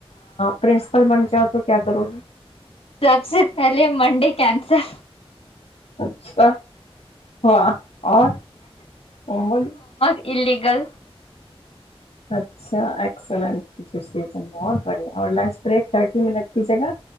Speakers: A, on the left; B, on the left.
A: پرنسپل بن جاؤ تو کیا کرو گے
B: سب سے پہلے منڈے کینسل
A: اچھا ہاں اور وہ بول
B: علیگل
A: اچھا ایکسلینٹ بہت بڑھیا اور لنچ بریک تھرٹی منٹ کی جگہ